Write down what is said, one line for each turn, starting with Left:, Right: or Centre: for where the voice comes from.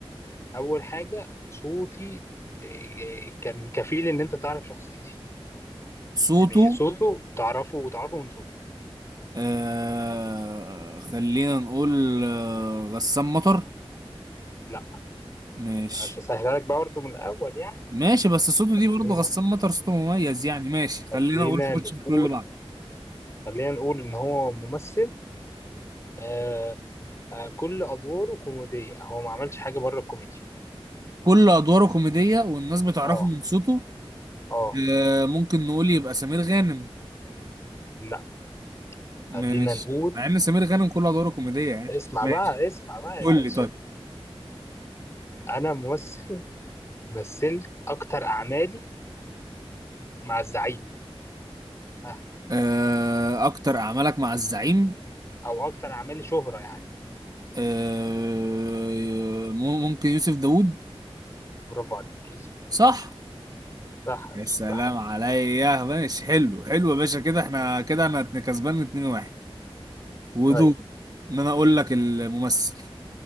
Left: اول حاجه صوتي إيه، كان كفيل ان انت تعرف شخصيتي
Right: صوته
Left: يعني صوته تعرفه وتعرفه من صوته
Right: آه خلينا نقول آه غسان مطر
Left: لا
Right: ماشي
Left: انا مش هسهلها لك بقى برضه من الاول يعني
Right: ماشي بس صوته دي برضه
Left: خلينا
Right: غسان مطر صوته مميز يعني ماشي خلينا
Left: خلينا
Right: نقول في كل
Left: نقول
Right: كل اللي بعده
Left: خلينا نقول ان هو ممثل آه آه كل ادواره كوميديه هو ما عملش حاجه بره الكوميديا
Right: كل ادواره كوميدية والناس بتعرفه
Left: اه
Right: من صوته
Left: اه
Right: آه ممكن نقول يبقى سمير غانم
Left: لا
Right: ماشي
Left: خلينا نقول
Right: مع ان سمير غانم كل ادواره كوميديه يعني
Left: اسمع
Right: ماشي
Left: بقى اسمع بقى
Right: قول
Left: يا باشا
Right: لي طيب
Left: انا ممثل مثلت اكتر اعمالي مع الزعيم آه.
Right: آه اكتر اعمالك مع الزعيم
Left: او اكتر اعمالي شهرة يعني
Right: آه مم- ممكن يوسف داوود
Left: برافو عليك يوسف
Right: صح
Left: صح
Right: يا
Left: مش
Right: سلام
Left: صح
Right: عليا ماشي حلو حلو يا باشا كده احنا كده انا اتن- كسبان 2 1 ودور
Left: طيب
Right: ان انا اقول لك الممثل